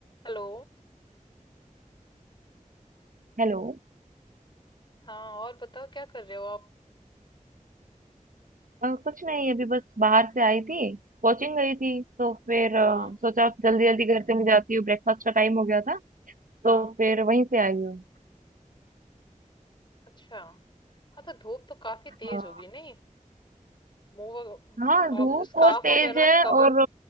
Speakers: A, on the left (about 35°); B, on the right (about 80°).
A: Hello
B: Hello
A: हाँ और बताओ क्या कर रहे हो आप
B: अ, कुछ नहीं अभी बस बाहर से आई थी कोचिंग गई थी तो फिर अ,
A: हाँ
B: सोचा जल्दी जल्दी घर चली जाती हूँ ब्रेकफास्ट का टाइम हो गया था
A: हाँ
B: तो फिर वहीं से आई हूँ
A: अच्छा हाँ तो धूप तो काफी
B: हाँ
A: तेज होगी नहीं मुंह वग-
B: हाँ
A: आप
B: धूप
A: स्कार्फ
B: बहुत तेज
A: वगैरह
B: है और
A: कवर